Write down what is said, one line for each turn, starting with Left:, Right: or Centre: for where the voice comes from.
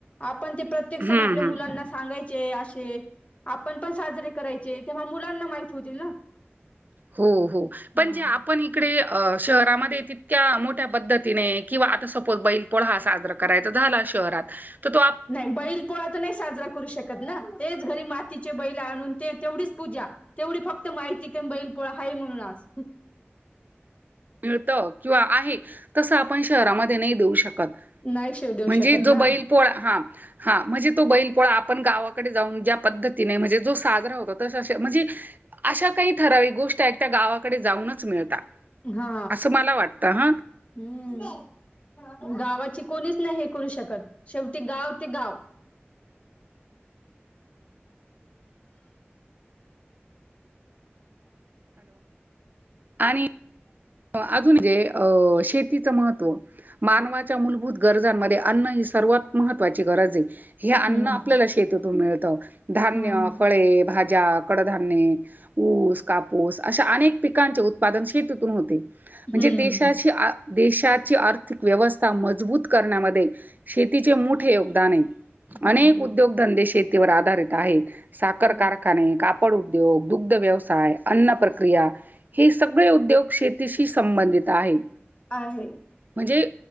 Left: आपण ते प्रत्येक
Right: हं,
Left: सण आपल्या
Right: हं.
Left: मुलांना सांगायचऽऽ चे असे,, आपण पण साजरे करायचे तेव्हा मुलांना माह होतील ना.
Right: हो, हो, पण
Left: हा
Right: जे आपण इकडे शहरामध्ये तितक्या मोठ्या पद्धतीनेऽऽ किंवा आता सपोज बैल पोळ हा साजरा करायचा झाला शहरात,, तर तोऽऽ
Left: नाही बैल नाही साजरा करू शकत ना,, तेच घरी मातीचे बैला आणून ते,, तेवढीच पूजा, तेवढी फक्तऽऽ माहिती का बैल पोळा हाय म्हणून आज.
Right: मिळतं, किंवा आहे, तसं आपण शहरामध्ये नाही देऊ शकत.
Left: नाही शेव देऊ
Right: म्हणजे
Left: शकत
Right: जो
Left: ना
Right: बैल पोळा,, हा,, हा म्हणजे तो बैल पोळा आपण गावाकडे जाऊन ज्या पद्धतीऽऽ म्हणजे जो साजरा होतो,, त म्हणजेऽऽ अशा काही ठराविक गोष्टी एयत त्या गावाकडे जाऊनच मिळतात.
Left: हा
Right: असं मला वाटतं हा.
Left: हम्म, गावाची कोणीच नाही हे करू शकत,, शेवटी गाव ते गाव. <inaudible>
Right: आणिऽऽ अजून म्हणजे, अं शेतीचं महत्त्व मानवाच्या मूलभूत गरजांमध्येऽऽ अन्न ही सर्वात महत्त्वाची गरज ए,, हे अन्न
Left: हम्म
Right: आपल्याला शतीून मिळतं, धान्य,
Left: हा हम्म
Right: ऽऽ ळे, भाऽऽ भाज्या, कडधान्ये, ऊस, कापूस अशा अनेक पिकांचे उत्पादन शेतीतून होते. म्हणजे
Left: हम्म
Right: देशाची,, देशाची आर्थिक व्यवस्था मजबूत करण्यामध्ये शऽऽ शतीचे मोठे योगदान आहे,,
Left: हम्म
Right: अनेक उद्योग धंदे शेतीवर आधारितऽऽ आहे, साखर
Left: हम्म
Right: कारखाने, काऽऽ पड उद्योग, दुग्ध व्यवसाय, अन्न प्रक्रिया, हे सगळे उद्योग शऽऽ तिशी संबंधित आहे.
Left: आहे,,
Right: म्हणजे